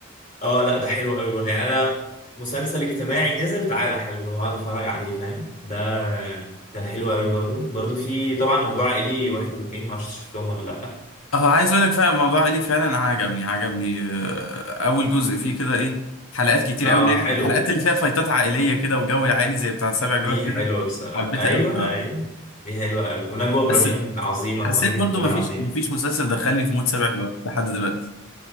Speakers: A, on the left (about 40°); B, on the left (about 80°).
A: اه لا ده حلو قوي برضه يعني انا مسلسل اجتماعي نزل تعالى يا حبيبي وهقعد اتفرج عليه فاهم ده كان حلو قوي برضه برضه في طبعا موضوع عائلي واحد واثنين معرفش شفتهم ولا لا
B: اه عايز اقول لك فعلا الموضوع ليه فعلا عجبني عجبني آه، اول جزء فيه كده ايه حلقات كتير
A: اه
B: قوي
A: حلو
B: الحلقات اللي فيها فايتات عائليه كده وجو العائلي زي بتاع سابع
A: دي
B: جار
A: حلوه
B: كده
A: بصراحه
B: حبيتها
A: ايوه
B: قوي طبعا
A: ايوه دي حلوه قوي ونجوى ابراهيم
B: بس
A: عظيمه
B: حسيت
A: وماجد الكدواني
B: برضو مفيش
A: عظيم
B: مفيش مسلسل دخلني في مود سابع جار لحد دلوقتي